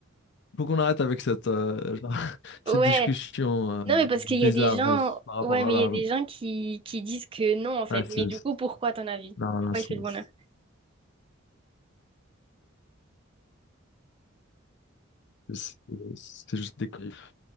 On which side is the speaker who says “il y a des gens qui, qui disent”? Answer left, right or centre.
Right